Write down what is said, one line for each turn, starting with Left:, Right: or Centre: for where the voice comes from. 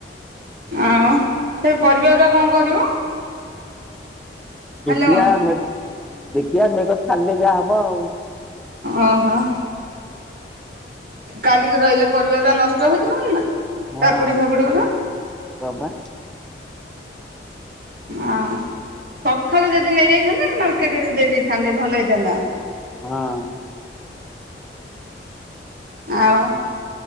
Right: ଆଉ ସେ ପରିବାଗୁରା କଣ କରିବ?
Centre: ଦେଖିଆ
Right: ହ୍ୟାଲୋ
Centre: ମେଘ୍ ଦେଖିଆ ମେଘ ଛାଡିଲେ ଯାହା ହବ ଆଉ।
Right: ଓହୋଃ। କାଲିକି ରହିଲେ ପରିବାଗୁରା ନଷ୍ଟ ହେଇଯିବନି ନା?
Centre: ହଁ-ଅ
Right: କାକୁଡି ଫାକୁଡି ଗୁରା
Centre: ହଁ ବା।
Right: ହଁ, ସକାଳୁ ଯଦି ନେଇଯାଇଥାନ୍ତେ ମାର୍କେଟରେ ଦେଇ ଦେଇଥାନ୍ତେ ଭଲ ହେଇଥାନ୍ତା।
Centre: ହଁ।
Right: ଆଉ